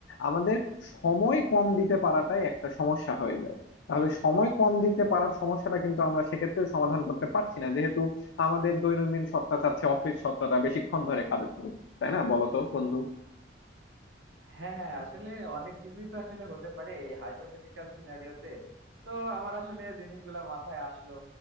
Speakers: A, on the left; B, on the right.
A: আমাদের সময় কম দিতে পারাটাই একটা সমস্যা হয়ে যায় তাহলে সময় কম দিতে পারার সমস্যাটা কিন্তু আমরা সেক্ষেত্রেও সমাধান করতে পারছি না যেহেতু আমাদের দৈনন্দিন সত্তা চাচ্ছে অফিস সত্তাটা বেশিক্ষণ ধরে কাজে থাকুক তাই না বলো তো বন্ধু
B: হ্যাঁ হ্যাঁ আসলে অনেক কিছুই তো আসলে হতে পারে এই হাইপোথেটিক্যাল সিনারিওতে তো আমার আসলে জিনিসগুলা মাথায় আসলো